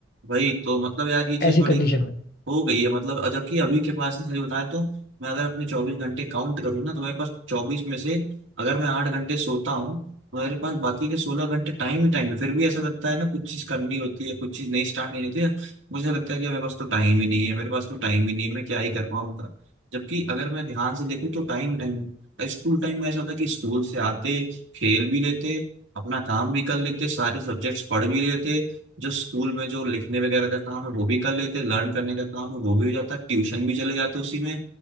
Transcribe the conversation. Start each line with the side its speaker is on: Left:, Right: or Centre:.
Right: वही तो मतलब यार ये चीज
Left: ऐसी
Right: बड़ी
Left: कंडीशन में
Right: हो गई है मतलब और जबकि अभी के पास सही बताएं तो मैं अगर अपने चौबीस घंटे काउंट करूँ ना तो मेरे पास चौबीस में से अगर मैं आठ घंटे सोता हूँ तो मेरे पास बाकी के सोलह घंटे टाइम ही टाइम है फिर भी ऐसा लगता है ना कुछ चीज करनी होती है कुछ चीज नहीं स्टार्ट नहीं होती है मुझे लगता है कि मेरे पास तो टाइम ही नहीं है मेरे पास तो टाइम ही नहीं है मैं क्या ही कर पाऊंगा जबकि अगर मैं ध्यान से देखूँ तो टाइम टाइम है स्कूल टाइम में ऐसा था कि स्कूल से आते खेल भी लेते अपना काम भी कर लेते सारे सब्जेक्ट्स पढ़ भी लेते जो स्कूल में जो लिखने वगैरह का काम है वो भी कर लेते हैं लर्न करने का काम है वो भी हो जाता है ट्यूशन भी चले जाते हैं उसी में